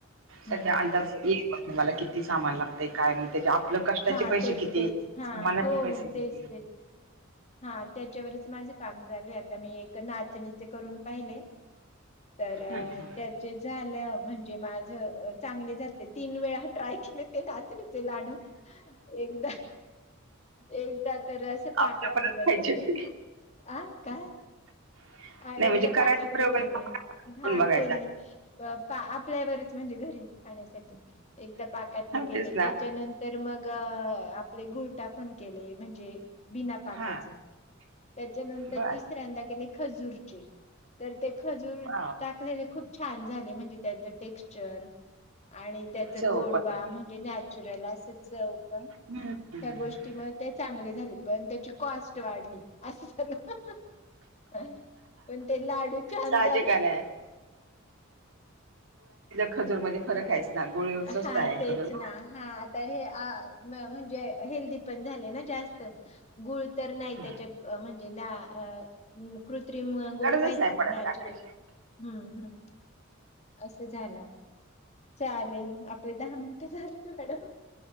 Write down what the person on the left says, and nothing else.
हम्म.
हा
तेच
तेच हा
हो
तेच तेच हा त्याच्यावरच माझं काम चालू आहे आता मी एक नाचणीचे करून पाहिले. तर
त्याचे झालं म्हणजे माझ चांगले झाले ते म्हणजे तीन वेळा ट्राय ते नाचणीचे लाडू एकदा, एकदा तर असे पा
कातले
बनवले
आ काय?
हा एकदा
पाकातले
केले
हा
केले आपल्या घरीच म्हणजे घरी. खण्यासाठी एकदा पाकातले केले
त्याच्या नंतर मग अं- आपले गुळ टाकून केले म्हणजे बिना पाकाचे
त्याच्यानंतर
तिसऱ्यांदा केले खजूर चे. तर ते खजूर
टाकलेले खूप छान झाले म्हणजे त्याच टेक्स्चर. आणि त्याच
गोडवा
म्हणजे नॅचरल असं चौपण.
त्या गोष्टी म ते चांगले झाले पण त्याची कॉस्ट वाढली अस सगळं पण ते लाडू छान
झाले.
हा तेच
ना हा आता हे अ म्हणजे हेल्दी पण झाले ना जास्त गुळ तर नाही
त्याच्यात म्हणजे अ कृत्रिम गोड
काहीच नाही
नॅचरल
हम्म हम्म. असं झालं. चालेल आपले दहा मिनटं झालीच मॅडम